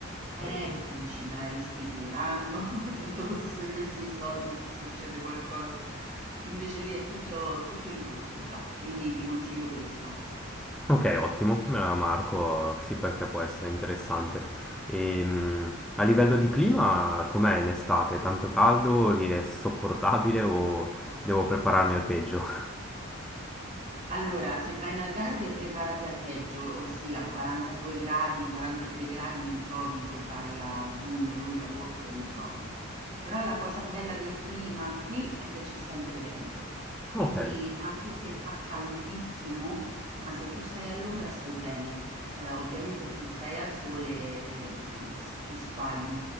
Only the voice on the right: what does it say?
eh,
perché dici me la restituiranno <laughs> tutto questo questi soldi se succede qualcosa. Invece lì è tutto, tutto incluso già, quindi ti consiglio questa.
Allora, se vai in Algarve preparati al peggio, ossia 42 gradi, 43 gradi li trovi se vai a giugno, luglio, agosto li trovi. Però la cosa bella del clima qui è che c'è sempre vento,
quindi
anche se fa caldissimo, ma se tu stai all'ombra stai bene. Eh, ovviamente se stai al sole, eh, s- ti squagli,